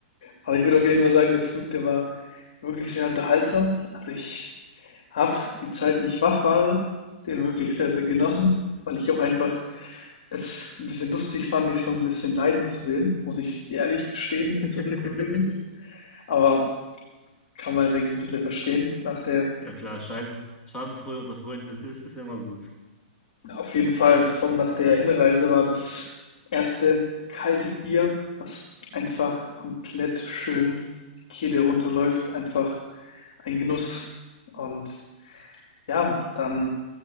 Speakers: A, on the left; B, on the left.
A: aber ich würde auf jeden Fall sagen, der Flug, der war wirklich sehr unterhaltsam. Also ich habe die Zeit, die ich wach war, den wirklich sehr, sehr genossen, weil ich auch einfach es ein bisschen lustig fand, mich so ein bisschen leiden zu sehen, muss ich dir ehrlich gestehen, jetzt
B: <laughs>
A: zurückwirkend. Aber kann man, denke ich, ein bisschen verstehen. Nach der,
B: Ja, klar, Schaden, Schadensfreude unter Freunden ist, ist, ist ja immer gut.
A: auf jeden Fall, vor allem nach der Hinreise war das erste kalte Bier, was einfach komplett schön die Kehle runterläuft, einfach Ein Genuss. Und ja, dann